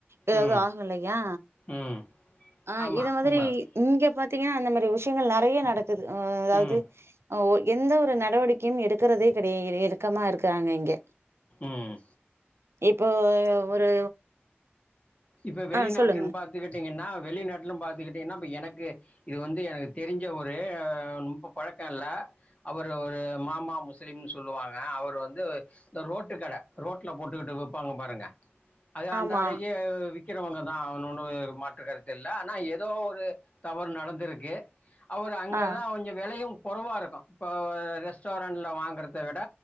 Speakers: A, on the right; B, on the left.
A: இதெது
B: ம்
A: ஆகலையா
B: ம்
A: ஆ
B: ஆமாம்
A: இத மாதிரி
B: உண்மைதான்
A: இங்க பாத்தீங்கன்னா அந்த மாரி விஷயங்கள் நெறைய நடக்குது அ அதாவ்து
B: ம்
A: அ எந்த ஒரு நடவடிக்கையும் எடுக்கறதே கெடையே எடுக்கமா இருக்கறாங்க இங்க
B: ம்
A: இப்போ ஒரு
B: இப்ப வெளிநாட்டுலன்
A: ஆ சொல்லுங்க
B: பாத்துக்கிட்டிங்கன்னா வெளிநாட்லு பாத்துக்கிட்டீன்னா இப்ப எனக்கு இவ்ரு வந்து எனக்கு தெரிஞ்ச ஒரு ரொம்ப பழக்கல்ல அவரு ஒரு மாமா முஸ்லீம் சொல்லுவாங்க அவரு வந்து இந்த ரோட்டு கட ரோட்ல போட்டுக்கிட்டு விப்பாங்க பாருங்க அது அன்றாடைக்கு
A: ஆமா
B: விக்கிறவங்க தா அவனொன்னு மாற்று கருத்து இல்ல ஆனா எதோ ஒரு தவறு நடந்திருக்கு அவரு அங்கதா
A: ஆ
B: கொஞ்சோ வெலையு கொறவா இருக்கு இப்ப ரெஸ்டாரண்ட்ல வாங்கறத விட